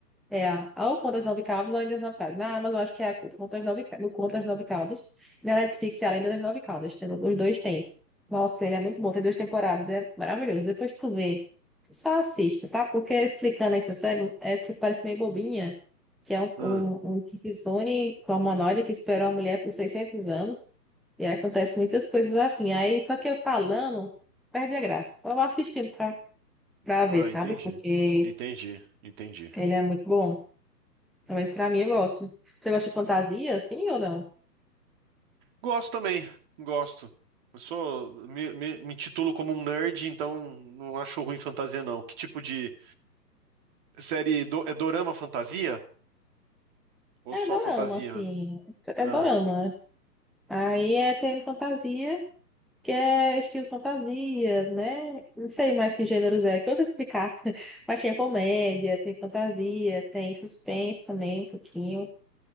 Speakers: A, in the centre; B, on the right.
A: É, ao Contas Nove Caldas, Além das Nove Caldas. Na Amazon, acho que é a Contas Nove, Ca- no Contas Nove Caldas. E na Netflix é Além das Nove Caldas. Tem, os dois tem. Nossa, ele é muito bom. Tem duas temporadas. É maravilhoso. Depois tu vê. Só assiste, sabe? Porque explicando essa série, é, tipo, parece meio bobinha. Que é um,
B: Ah,
A: um, um Kitsune com humanoide que esperou a mulher por 600 anos. E aí acontece muitas coisas assim. Aí, só que eu falando, perde a graça. Só vou assistindo pra, pra
B: ah,
A: ver, sabe?
B: entendi.
A: Porque
B: Entendi, entendi.
A: ele é muito bom. Mas pra mim eu gosto. Você gosta de fantasia, assim ou não?
B: Gosto também, gosto. Eu sou, me, me, me titulo como um nerd, então não acho ruim fantasia, não. Que tipo de série do, é dorama fantasia? Ou
A: É
B: só
A: dorama,
B: fantasia,
A: assim.
B: né?
A: É
B: Ah,
A: dorama. né? Aí é tem fantasia, que é estilo fantasia, né? Não sei mais que gêneros é, que eu vou te explicar. <laughs> Mas tem comédia, tem fantasia, tem suspense também, um pouquinho.